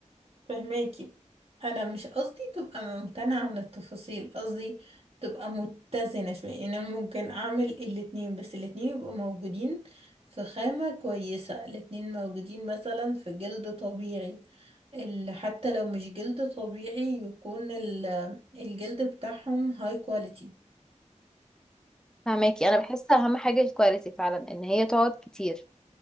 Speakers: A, on the right; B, in the centre.
A: فهماكي انا مش قصدي تبقى ممتنعة من التفاصيل قصدي تبقى متزنة شوية يعني انا ممكن اعمل الاتنين بس الاتنين يبقوا موجودين في خامة كويسة الاتنين موجودين مثلا في جلد طبيعي ال- حتى لو مش جلد طبيعي يكون ال- الجلد بتاعهم هاي كواليتي
B: فهماكي انا بحس اهم حاجه الكواليتي فعلا ان هي تقعد كتير